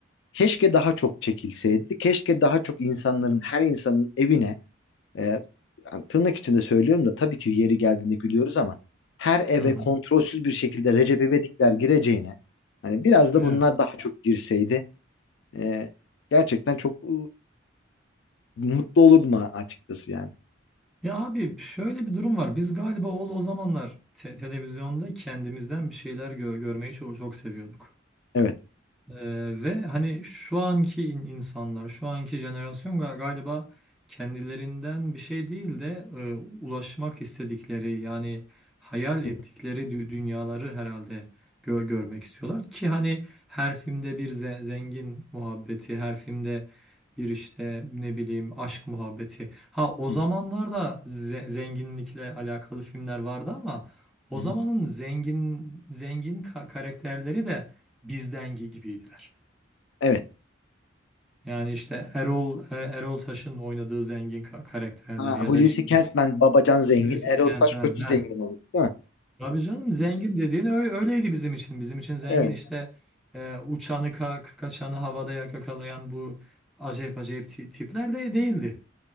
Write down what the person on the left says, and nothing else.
keşke daha çok çekilseydi. Keşke daha çok insanların, her insanın evine E, yani tırnak içinde söylüyorum da tabii ki yeri geldiğinde gülüyoruz ama her eve
kontrolsüz bir şekilde Recep İvedikler gireceğine hani biraz da
bunlar daha çok girseydi e, gerçekten çok e, mutlu olurdum a- açıkçası yani.
Evet.
Hı
hı.
Hı
hı.
Evet.
Ha,
Hulusi
Kentmen Babacan zengin.
Erol
Taş kötü
zengin olur değil mi?
Evet.